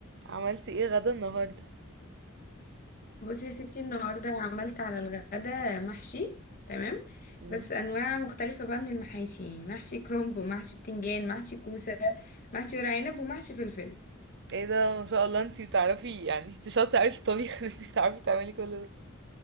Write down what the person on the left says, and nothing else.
بصي يا ستي النهارده عملت على الغدا محشي تمام
بس انواع مختلفه بقى من المحاشي يعني محشي كرنب ومحشي بتنجان محشي كوسه محشي ورق عنب ومحشي فلفل